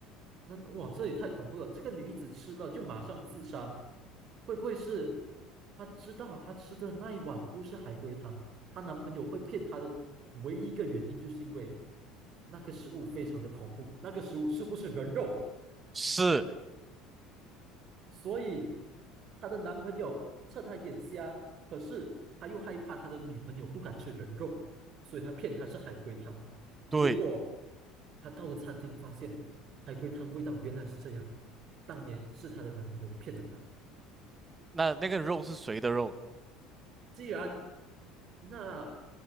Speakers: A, on the right; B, on the right.
A: 那哇，这也太恐怖了！这个女子吃了就马上自杀，会不会是她知道她吃的那一碗不是海龟汤，她男朋友会骗她的唯一一个原因就是因为那个食物非常的恐怖，那个食物是不是人肉？
B: 是，
A: 所以她的男朋友趁她眼瞎，可是他又害怕他的女朋友不敢吃人肉，所以他骗她是海龟汤。
B: 对，
A: 结果她到了餐厅，发现海龟汤味道原来是这样，当年是她的男朋友骗了她。
B: 那那个肉是谁的肉？
A: 既然那